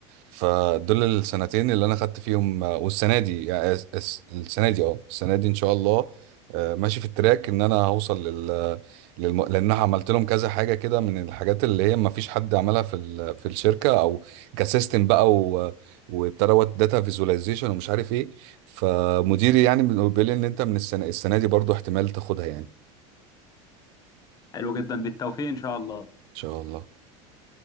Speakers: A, on the right; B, on the left.
A: فدول السنتين اللي انا خدت فيهم آه، والسنه دي يعني أس- أس- السنه دي اه السنه دي ان شاء الله آه، ماشي في التراك ان انا هوصل لل, للم... لان أنا عملت لهم كذا حاجه كده من الحاجات اللي هي ما فيش حد عملها في ال... في الشركه او كسيستم بقى و... وابتدى داتا فيزواليزيشن ومش عارف ايه فمديري يعني بيقول لي ان انت من السنه السنه دي برضو احتمال تاخدها يعني ان
B: حلو جدا بالتوفيق ان شاء الله
A: شاء الله